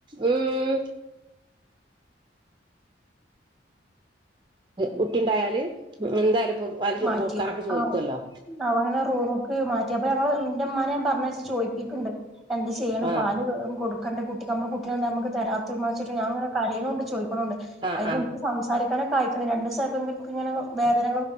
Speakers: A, on the right; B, in the centre.
A: ഉം. കുട്ടിണ്ടായാല്, എന്തായാലും ഇപ്പൊ പാല്
B: മാറ്റി
A: കൊട്ക്കാൻ ഒക്കെ ചോയിക്കല്ലോ
B: ആഹ് അവനെ റൂമ്ക്ക് മാറ്റി അപ്പൊ ഞങ്ങള് ന്റെ മ്മാനെ ഞാൻ പറഞ്ഞയച്ച് ചോയ്പ്പിക്ക്ണ്ട്, എന്താ ചെയ്യ്ണെ
A: ആഹ്
B: പാല് കൊടു കണ്ട കുട്ടിക്ക് അമ്മളെ കുട്ടിനെന്താ അമ്മക്ക് തെരാ <unintelligible> ഞാങ്ങനെ കരയണൂണ്ട് ചോയിക്കണൂണ്ട്,
A: ആഹ്
B: അയില്
A: ആഹ്
B: ഇൻക്ക് സംസാരിക്കാന കായിക്ക്ണ് രണ്ടൂസം അയപ്പം ഇൻക്കെടക്ക്ങ്ങനെ വേദനക